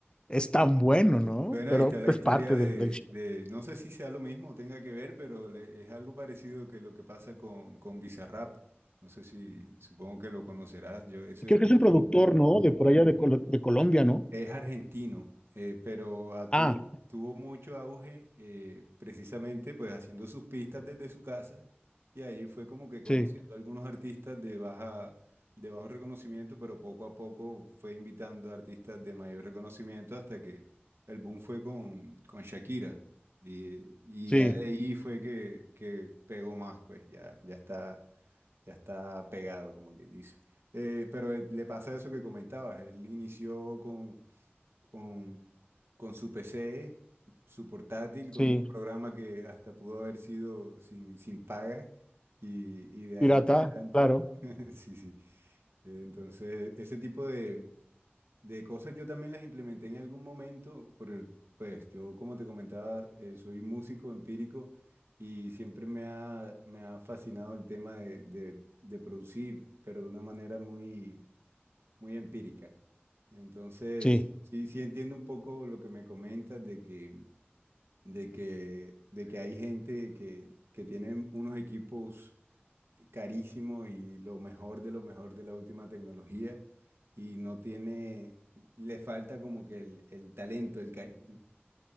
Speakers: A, on the left; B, on the right.
A: es tan bueno, ¿no?
B: Bueno,
A: Pero
B: ahí está la
A: es
B: historia
A: parte
B: de,
A: del, del... show.
B: de- no sé si sea lo mismo o tenga que ver, pero le- es algo parecido que lo que pasa con, con Bizarrap. No sé si, supongo que lo conocerás. Yo, ese,
A: Creo que es un productor, ¿no? De por allá de, Colo- de Colombia, ¿no?
B: es argentino, eh, pero a
A: Ah,
B: tu- tuvo mucho auge eh, precisamente pues haciendo sus pistas desde su casa y ahí fue como que conociendo
A: sí,
B: a algunos artistas de baja, de bajo reconocimiento, pero poco a poco fue invitando a artistas de mayor reconocimiento hasta que el boom fue con, con Shakira y, y
A: sí,
B: ya de ahí fue que, que pegó más, pues ya, ya está, ya está pegado como quien dice. Eh, pero eh, le pasa eso que comentabas, él inició con con, con su PC, su portátil, con
A: sí,
B: un programa que hasta pudo haber sido sin, sin paga y, y de ahí
A: Pirata,
B: en adelante.
A: claro.
B: <laughs> Sí, sí. Eh, Entonces, ese tipo de, de cosas yo también las implementé en algún momento, porque pues yo, como te comentaba, eh, soy músico empírico y siempre me ha, me ha fascinado el tema de, de de producir, pero de una manera muy muy empírica. Entonces,
A: sí.
B: sí, sí entiendo un poco lo que me comentas de que, de que, de que hay gente que, que tiene unos equipos carísimos y lo mejor de lo mejor de la última tecnología y no tiene, le falta como que el, el talento, el carisma